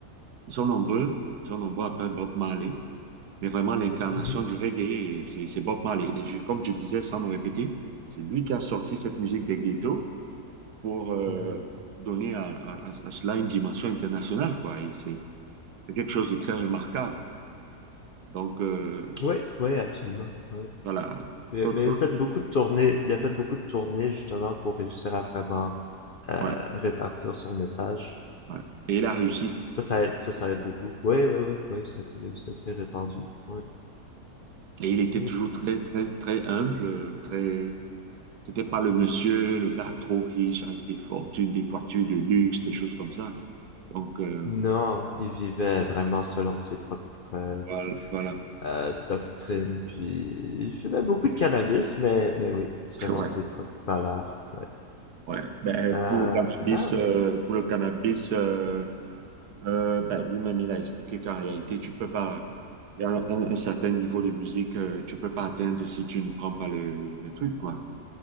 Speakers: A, on the right; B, on the left.
A: ils sont nombreux. Ils sont nombreux après Bob Marley. mais vraiment l'incarnation
B: Mhm,
A: du reggae, et c'est c'est Bob Marley. Et je- comme je disais, sans me répéter, c'est lui qui a sorti cette musique des ghettos pour euh,
B: mhm.
A: donner à, à- à cela une dimension internationale, quoi. Et c'est c'est quelque chose de très remarquable. Donc, euh,
B: Oui, oui, absolument. ouais.
A: voilà,
B: Puis,
A: Autre
B: euh, mais
A: chose,
B: il a fait beaucoup de tournées, il a fait beaucoup de tournées justement pour réussir à vraiment à
A: Ouais,
B: répartir son message.
A: ouais. Et il a réussi.
B: Ça, ça aide, ça, ça aide beaucoup. Oui, oui, oui, oui, ça s'est, ça s'est répandu. Ouais.
A: Et il était
B: Mm.
A: toujours très, très, très humble, euh, très... C'était pas le monsieur, le gars trop riche, avec des fortunes, des voitures de luxe, des choses comme ça. Donc, euh,
B: Non, il vivait vraiment selon ses propres euh,
A: voilà. voilà.
B: euh, doctrines, puis il fumait beaucoup de cannabis, mais, mais oui, selon
A: <laughs> Ouais.
B: ses propres valeurs. Ouais.
A: Ouais, ben,
B: Euh,
A: pour le cannabis,
B: ah
A: euh,
B: oui,
A: pour le cannabis euh, euh, ben, lui-même, il a expliqué qu'en réalité, tu peux pas, il y a un, un certain niveau de musique, euh, tu peux pas atteindre si tu ne prends pas le, le, le truc, quoi.